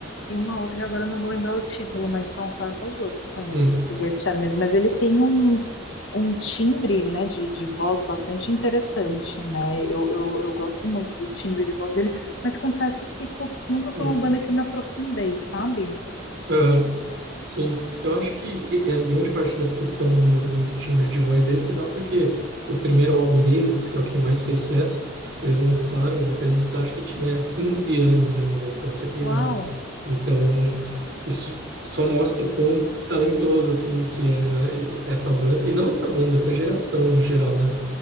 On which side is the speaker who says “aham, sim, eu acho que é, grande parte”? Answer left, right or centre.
Right